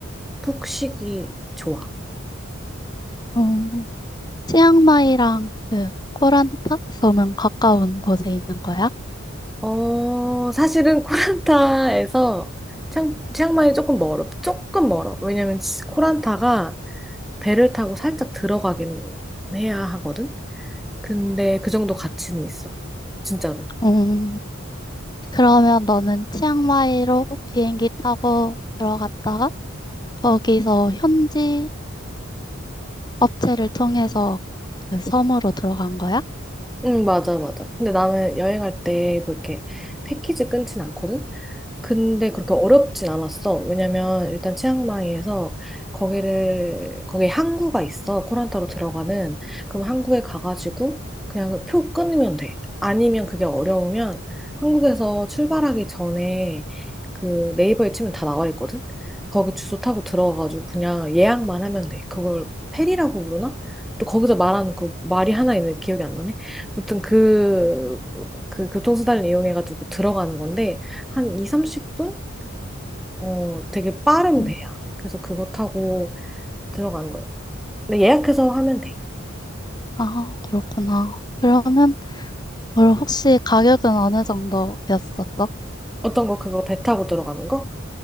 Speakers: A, in the centre; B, on the left.
A: 푹 쉬기 좋아.
B: 음, 치앙마이랑 그 코란타 섬은 가까운 곳에 있는 거야?
A: 어, 사실은 코란타에서 치앙, 치앙마이 조금 멀어. 조금 멀어. 왜냐면 치- 코란타가 배를 타고 살짝 들어가긴 해야 하거든? 근데 그 정도 가치는 있어. 진짜로.
B: 음, 그러면 너는 치앙마이로 비행기 타고 들어갔다가 거기서 현지 업체를 통해서 그 섬으로 들어간 거야?
A: 응, 맞아, 맞아. 근데 나는 여행할 때 뭐 이렇게 패키지 끊진 않거든? 근데 그렇게 어렵진 않았어. 왜냐면 일단 치앙마이에서 거기를 거기에 항구가 있어. 코란타로 들어가는. 그럼 항구에 가가지고 그냥 그 표 끊으면 돼. 아니면 그게 어려우면 한국에서 출발하기 전에 그 네이버에 치면 다 나와 있거든. 거기 주소 타고 들어가가지고 그냥 예약만 하면 돼. 그걸 페리라고 부르나? 또 거기서 말하는 그 말이 하나 있는데 기억이 안 나네. 아무튼 그, 그 교통수단을 이용해가지고 들어가는 건데 한 2, 30분? 어, 되게 빠른
B: 음,
A: 배야. 그래서 그거 타고 들어가는 거. 근데 예약해서 하면 돼.
B: 아, 그렇구나. 그러면 그럼 혹시 가격은 어느 정도였었어?
A: 어떤 거 그거 배 타고 들어가는 거?